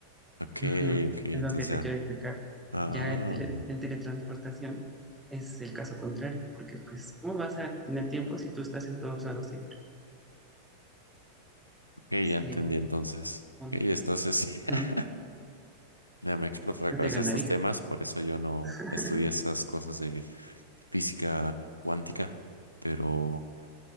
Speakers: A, on the left; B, in the centre.
A: Ok,
B: Ujú,
A: ok, entonces
B: Es lo que te
A: ya.
B: quiero explicar.
A: Ah,
B: Ya en, tele- en teletransportación es el caso contrario, porque pues, ¿cómo vas a tener tiempo si tú estás en todos lados siempre?
A: ok,
B: Es
A: ya entendí
B: el
A: entonces.
B: punto.
A: Ok, entonces sí. <laughs>
B: Ujú,
A: Ya me explotó la
B: Yo
A: cabeza
B: te ganaría.
A: estos temas, por eso yo no
B: <laughs>
A: estudié esas cosas de física cuántica, pero